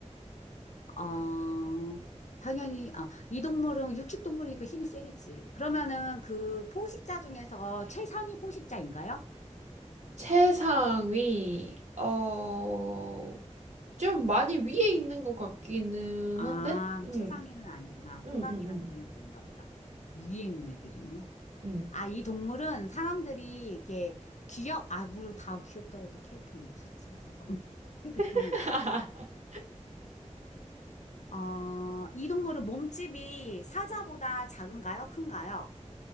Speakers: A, on the left; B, on the right.
A: 어, 당연히, 아, 이 동물은 육식동물이니까 힘이 세겠지. 그러면은 그 포식자 중에서 최상위 포식자인가요?
B: 최상위, 어, 좀 많이 위에 있는 것 같기는
A: 아,
B: 한데? 응,
A: 최상위는 아니구나.
B: 응,
A: 호랑이랑
B: 응, 응,
A: 걔네는 아닌가 보다. 위에 있는 애들이네.
B: 응.
A: 아, 이 동물은 사람들이 이렇게 귀엽, 아, 물론 다 귀엽다고 해서 캐릭터 만들 수 있지. 잠깐만. <laughs> 그러면,
B: <laughs>
A: 어, 이 동물은 몸집이 사자보다 작은가요? 큰가요?